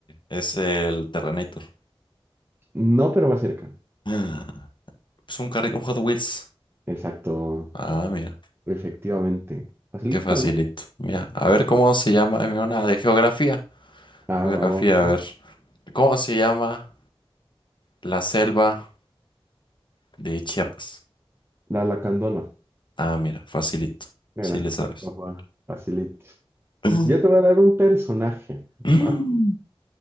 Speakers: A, on the left; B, on the right.
A: es el Terrenator.
B: No, pero va cerca.
A: Ah, Es un carrito, un Hot Wheels.
B: Exacto,
A: Ah, mira,
B: efectivamente. Facilito,
A: qué facilito.
B: ¿no?
A: Mira, a ver cómo se llama, eh, mira, una de geografía.
B: Ah,
A: Geografía,
B: va, va. va.
A: a ver. ¿Cómo se llama la selva de Chiapas?
B: La lacandona.
A: Ah, mira, facilito.
B: Mira,
A: Sí le sabes.
B: papá,
A: <clears throat>
B: facilito.
A: <laughs>
B: Yo te voy a dar un personaje,
A: Mm.
B: ¿va?